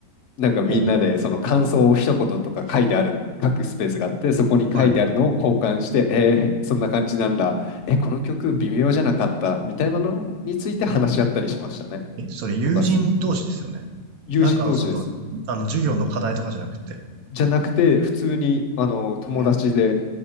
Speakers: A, on the left; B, on the right.
A: なんかみんなでその感想を一言とか書いてある、
B: も
A: 書くスペースがあって、そこに書いてあるのを交換して、
B: う、はい。
A: えーそんな感じなんだ、え、この曲微妙じゃなかったみたいなのについて話し合ったりしましたね。
B: え、それ友人同士ですよね。
A: とか、友人同士です。
B: なんか、その、あの、授業の課題とかじゃなくて。
A: じゃなくて、普通にあの友達で
B: えー、